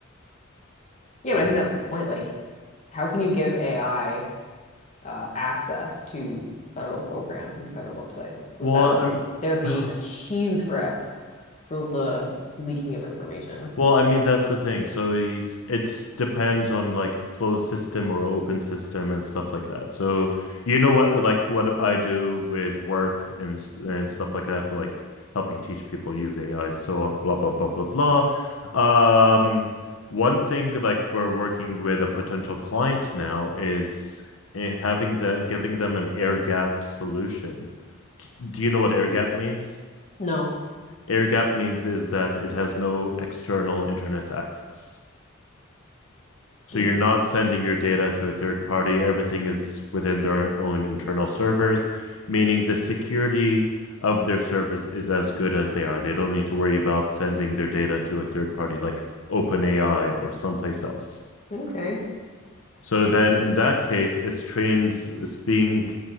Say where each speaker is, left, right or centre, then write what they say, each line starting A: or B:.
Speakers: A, on the left; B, on the left.
A: yeah,
B: I,
A: but I think that's the point. Like, how can you give AI? uh, access to federal programs and federal websites without
B: well, I mean,
A: there being
B: <sighs>
A: a huge risk for the leaking of information.
B: Well, I mean, that's the thing. So it's it's depends on like closed system or open system and stuff like that. So you know what, like what I do with work and s- and stuff like that, like helping teach people use AI. So on, blah blah blah blah blah. Um, one thing like we're working with a potential client now is eh, having the giving them an air gapped solution. D- Do you know what air gap means?
A: No.
B: Air gap means is that it has no external internet access. So
A: Mm,
B: you're not sending your data to a third party. Everything is within their own internal servers, meaning the security of their servers is as good as they are. They don't need to worry about sending their data to a third party like OpenAI or someplace else.
A: okay.
B: So then in that case, it's trained, it's being